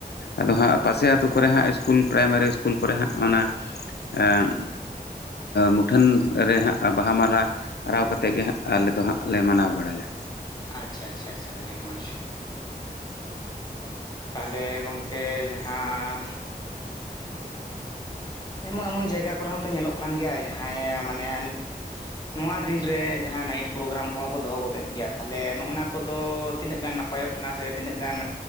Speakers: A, on the left; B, on the left.
A: ᱟᱫᱚ ᱦᱟᱸᱜ ᱯᱟᱥᱮ ᱟᱛᱳ ᱠᱚᱨᱮ ᱦᱟᱸᱜ ᱤᱥᱠᱩᱞ ᱯᱨᱟᱭᱢᱟᱨᱤ ᱤᱥᱠᱩᱞ ᱠᱚᱨᱮ ᱦᱟᱸᱜ ᱚᱱᱟ, ᱮᱸᱜᱻ ᱢᱩᱴᱷᱟᱹᱱ ᱨᱮ ᱦᱟᱸᱜ ᱵᱟᱦᱟ ᱢᱟᱞᱟ ᱟᱨᱟᱣ ᱠᱟᱛᱮᱫ ᱜᱮ, ᱦᱟᱸᱜ ᱟᱞᱮ ᱫᱚ ᱦᱟᱸᱜ, ᱞᱮ ᱢᱟᱱᱟᱣ ᱵᱟᱲᱟᱭᱟ᱾
B: ᱟᱪᱪᱷᱟ, ᱟᱪᱪᱷᱟ, ᱟᱪᱷᱟ ᱟᱹᱰᱤ ᱢᱚᱸᱡ ᱛᱟᱦᱚᱞᱮ ᱜᱚᱝᱠᱮ ᱡᱟᱦᱟᱸ <inaudible> ᱮᱢᱚᱱ ᱮᱢᱚᱱ ᱡᱟᱭᱜᱟ ᱠᱚᱨᱮ ᱦᱚᱸᱛᱚ ᱧᱮᱞᱚᱜ ᱠᱟᱱ ᱜᱮᱭᱟ ᱡᱟᱦᱟᱸ ᱢᱟᱱᱮ ᱱᱩ ᱱᱚᱣᱟ ᱫᱤᱱᱨᱮ ᱡᱟᱦᱟᱸ ᱱᱟᱭᱤᱴ ᱯᱨᱳᱜᱨᱟᱢ ᱠᱚᱦᱚᱸ ᱠᱚ ᱫᱚᱦᱚ ᱜᱚᱫᱮᱫ ᱜᱮᱭᱟ, ᱛᱟᱦᱚᱞᱮ ᱱᱚᱜᱼᱱᱟ ᱠᱚᱫᱚ ᱛᱤᱱᱟᱹᱜ ᱜᱟᱱ ᱱᱟᱯᱟᱭᱚᱜ ᱠᱟᱱᱟ ᱥᱮ, ᱛᱤᱱᱟᱹᱜ ᱜᱟᱱ